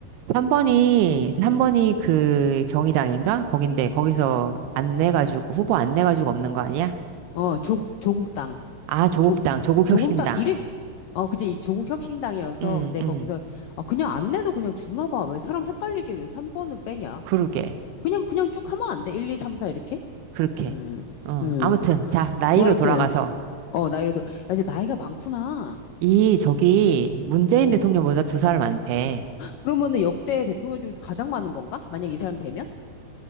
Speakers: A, on the right (about 75°); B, on the left (about 80°).
A: 3번이, 삼
B: 응.
A: 번이 그 정의당인가? 거긴데, 거기서 안 내가지고, 후보 안 내가지고 없는 거 아니야?
B: 어, 조국, 조국당.
A: 아, 조국당,
B: 조,
A: 조국혁신당.
B: 조국당, 이름, 어, 그치. 조국 혁신당이어서.
A: 음,
B: 근데
A: 음.
B: 거기서, 아, 그냥 안 내도 그냥 주나 봐. 왜 사람 헷갈리게 왜 3번을 빼냐?
A: 그러게.
B: 그냥, 그냥 쭉 하면 안 돼. 1, 2, 3, 4 이렇게?
A: 그렇게.
B: 음,
A: 어,
B: 음.
A: 아무튼, 자, 나이로
B: 뭐 하여튼,
A: 돌아가서,
B: 어, 나이로 들어. 아, 이제 나이가 많구나.
A: 이, 저기, 문재인
B: 어.
A: 대통령보다 두 살 많대.
B: 그러면은 역대 대통령 중에서 가장 많은 건가? 만약 이 사람 되면?